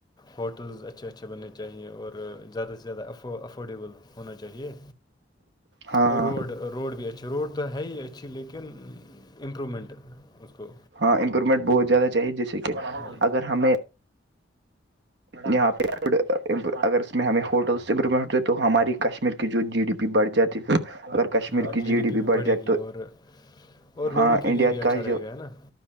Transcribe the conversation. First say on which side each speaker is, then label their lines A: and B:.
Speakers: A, on the left; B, on the right.
A: ہوٹلز اچھے اچھے بننے چاہئیں اور زیادہ سے زیادہ افورڈیبل ہونا چاہیے
B: ہاں
A: اور
B: ہاں
A: روڈ روڈ بھی اچھا روڈ تو ہے ہی اچھی لیکن امپرومنٹ اس کو
B: ہاں امپرومنٹ بہت زیادہ چاہے جیسے کہ
A: ہاں
B: اگر ہمیں یہاں پہ اگر اس میں ہمیں ہوٹلس امپرومنٹ ہوتے تو ہماری کشمیر کے <unintelligible> جو جی ڈی پی بڑھ جاتی ہے اگر کشمیر
A: ہاں
B: کی جی ڈی پی
A: بھی
B: بڑھ
A: بڑھے
B: جائے
A: گی
B: تو
A: اور اور
B: ہاں
A: لوگوں کے
B: انڈیا
A: لیے بھی اچھا
B: کا ہی جو
A: رہے گا ہے نا